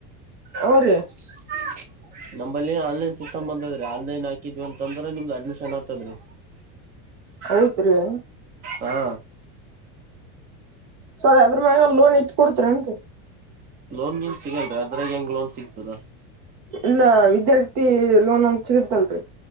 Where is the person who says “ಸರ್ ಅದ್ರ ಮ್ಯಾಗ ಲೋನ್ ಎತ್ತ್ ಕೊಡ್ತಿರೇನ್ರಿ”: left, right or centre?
Right